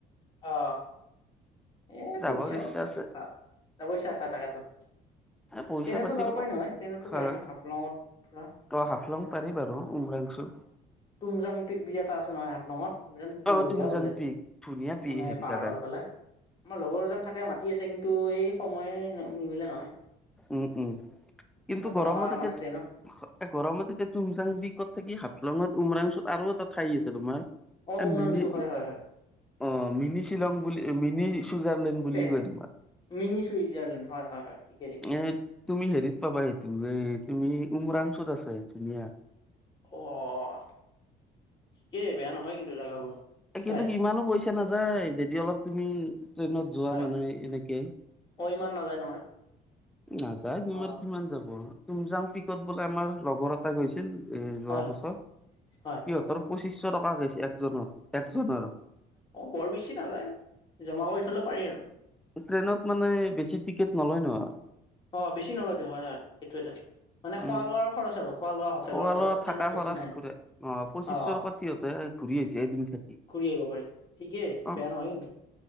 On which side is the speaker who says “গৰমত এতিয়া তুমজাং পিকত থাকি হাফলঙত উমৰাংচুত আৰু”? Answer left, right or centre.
Centre